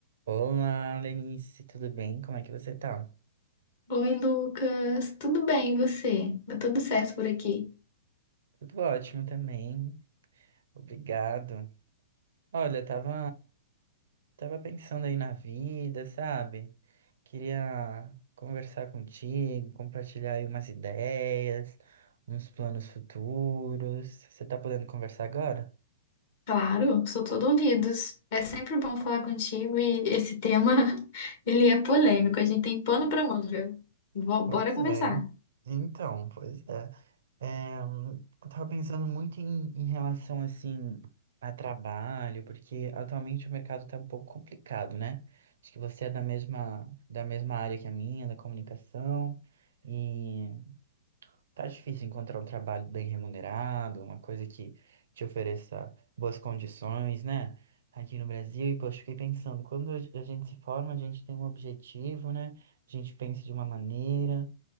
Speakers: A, on the right; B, on the left.
A: Olá, Lenice, tudo bem? Como é que você tá?
B: Oi, Lucas. Tudo bem, e você? Tá tudo certo por aqui?
A: Tudo ótimo também, obrigado. Olha, eu tava, tava pensando aí na vida, sabe? Queria conversar contigo, compartilhar aí umas ideias, uns planos futuros. Você tá podendo conversar agora?
B: Claro, sou todo ouvidos. É sempre bom falar contigo e esse tema, <laughs> ele é polêmico, a gente tem pano pra manga. Bo-
A: Pois
B: Bora conversar.
A: é, então, pois é. É, hum, eu tava pensando muito em, em relação, assim, a trabalho, porque atualmente o mercado tá um pouco complicado, né? Acho que você é da mesma, da mesma área que a minha, da comunicação, e tá difícil encontrar um trabalho bem remunerado, uma coisa que te ofereça boas condições, né? Aqui no Brasil, e poxa, fiquei pensando, quando a gente se forma, a gente tem um objetivo, né? A gente pensa de uma maneira.